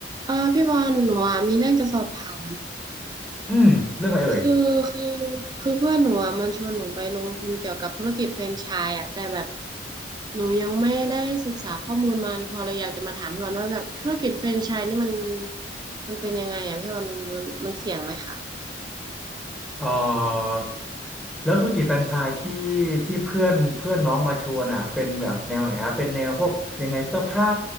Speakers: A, on the right; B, in the centre.
A: เออพี่บอลหนูอ่ะมีเรื่องจะสอบถาม
B: อืมเรื่องอะไรเอ่ย
A: คือคือคือเพื่อนหนูอ่ะมันชวนหนูไปลงทุนเกี่ยวกับธุรกิจแฟรนไชส์อ่ะแต่แบบหนูยังไม่ได้ศึกษาข้อมูลมาพอเลยอยากจะมาถามพี่บอลว่าแบบธุรกิจแฟรนไชส์นี่มันมันเป็นยังไงอ่ะพี่บอลมันมันมันเสี่ยงไหมคะ
B: เอ่อแล้วธุรกิจแฟรนไชส์ที่ที่เพื่อนเพื่อนน้องมาชวนอ่ะเป็นแบบแนวไหนอ่ะเป็นแนวพวกยังไงเสื้อผ้า